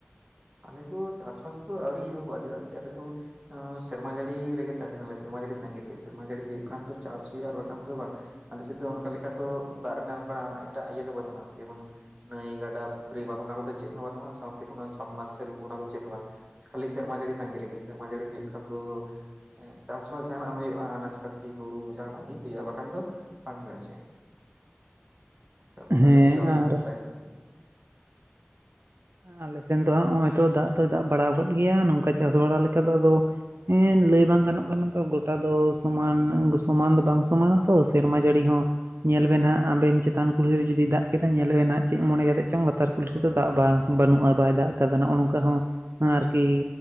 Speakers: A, on the right; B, on the right.
A: ᱟᱞᱮ ᱫᱚ ᱪᱟᱥᱵᱟᱥ ᱫᱚ ᱟᱹᱣᱨᱤ ᱮᱦᱚᱵᱚᱜ-ᱟ, ᱪᱮᱫᱟᱜ ᱥᱮ ᱟᱞᱮ ᱫᱚ ᱚ ᱥᱮᱨᱢᱟ ᱡᱟᱹᱲᱤ ᱨᱮᱜᱮ ᱛᱟᱦᱮᱱᱟᱞᱮ, ᱥᱮᱨᱢᱟ ᱡᱟᱹᱲᱤ ᱛᱟᱸᱜᱤ ᱨᱮᱜᱮ, ᱥᱮᱨᱢᱟ ᱡᱟᱹᱲᱤ ᱦᱩᱭᱩᱜ ᱠᱷᱟᱱ ᱫᱚ ᱪᱟᱥ ᱦᱩᱭᱩᱜᱼᱟ, ᱟᱨ ᱵᱟᱠᱷᱟᱱ ᱫᱚ ᱵᱟᱝ᱾ ᱟᱞᱮ ᱥᱮᱫ ᱫᱚ ᱚᱱᱠᱟ ᱞᱮᱠᱟ ᱛᱚ, ᱫᱟᱜ ᱨᱮᱱᱟᱜ ᱚᱱᱠᱟᱱᱟᱜ ᱮᱴᱟᱜ ᱤᱭᱟᱹ ᱫᱚ ᱵᱟᱹᱱᱩᱜᱼᱟ, ᱡᱮᱢᱚᱱ ᱱᱟᱹᱭ, ᱜᱟᱰᱟ, ᱯᱩᱠᱷᱨᱤ, ᱵᱟᱸᱫ ᱚᱱᱟ ᱠᱚᱫᱚ ᱪᱮᱫ ᱦᱚᱸ ᱵᱟᱹᱱᱩᱜᱼᱟ, ᱥᱟᱶᱛᱮ ᱠᱳᱱᱳ ᱥᱟᱢᱢᱟᱨᱥᱮᱞ ᱚᱱᱟ ᱠᱚᱫᱚ ᱪᱮᱫ ᱦᱚᱸ ᱵᱟᱝ, ᱠᱷᱟᱹᱞᱤ ᱥᱮᱨᱢᱟ ᱡᱟᱹᱲᱤ ᱛᱟᱸᱜᱤ ᱨᱮᱜᱤ, ᱥᱮᱨᱢᱟ ᱡᱟᱹᱲᱤ ᱦᱩᱭᱩᱜ ᱠᱟᱱ ᱫᱚ ᱪᱟᱥᱵᱟᱥ ᱡᱟᱦᱟᱱᱟᱜ ᱦᱩᱭᱩᱜᱼᱟ, ᱟᱱᱟᱡᱯᱟᱛᱤ ᱦᱩᱲᱩ ᱡᱟᱦᱟᱱᱟᱜ ᱜᱮ ᱦᱩᱭᱩᱜᱼᱟ, ᱵᱟᱠᱷᱟᱱ ᱫᱚ ᱵᱟᱝ ᱦᱩᱭᱩᱜᱼᱟ ᱪᱮᱫ ᱦᱚᱸ᱾ ᱟᱫᱚ ᱚᱱᱟ
B: ᱦᱮᱸ
A: ᱠᱷᱟᱹᱛᱤᱨ ᱟᱞᱮ
B: ᱟᱨ
A: ᱫᱚ, ᱛᱟᱭᱱᱚᱢ ᱧᱚᱜ ᱜᱮ᱾
B: ᱟᱞᱮ ᱥᱮᱱ ᱫᱚ ᱦᱟᱸᱜ ᱱᱚᱜᱼᱚᱭ ᱛᱚ, ᱫᱟᱜ ᱫᱚᱭ ᱫᱟᱜ ᱵᱟᱲᱟ ᱟᱠᱟᱫ ᱜᱮᱭᱟ, ᱱᱚᱝᱠᱟ ᱪᱟᱥ ᱵᱟᱲᱟ ᱞᱮᱠᱟ ᱫᱚ ᱟᱫᱚ ᱦᱮᱸ ᱞᱟᱹᱭ ᱵᱟᱝ ᱜᱟᱱᱚᱜ ᱠᱟᱱᱟ ᱛᱚ, ᱜᱚᱴᱟ ᱫᱚ ᱥᱚᱢᱟᱱ, ᱥᱚᱢᱟᱱ ᱫᱚ ᱵᱟᱝ ᱥᱚᱢᱟᱱᱟ ᱛᱚ, ᱥᱮᱨᱢᱟ ᱡᱟᱹᱲᱤ ᱦᱚᱸ ᱧᱮᱞ ᱵᱮᱱ ᱦᱟᱸᱜ, ᱟᱵᱮᱱ ᱪᱮᱛᱟᱱ ᱠᱩᱞᱦᱤ ᱨᱮ ᱡᱩᱫᱤ ᱫᱟᱜ ᱠᱮᱫᱟ, ᱧᱮᱞ ᱵᱮᱱ ᱦᱟᱸᱜ ᱪᱮᱫ ᱢᱚᱱᱮ ᱠᱟᱛᱮᱫ ᱪᱚᱝ ᱞᱟᱛᱟᱨ ᱠᱩᱞᱦᱤ ᱨᱮᱫᱚ ᱫᱟᱜ ᱵᱟᱝ᱾ ᱵᱟᱹᱱᱩᱜᱼᱟ ᱵᱟᱭ ᱫᱟᱜ ᱟᱠᱟᱫᱟ, ᱱᱚᱜᱼᱚᱭ ᱱᱚᱝᱠᱟ ᱦᱚᱸ ᱟᱨᱠᱤ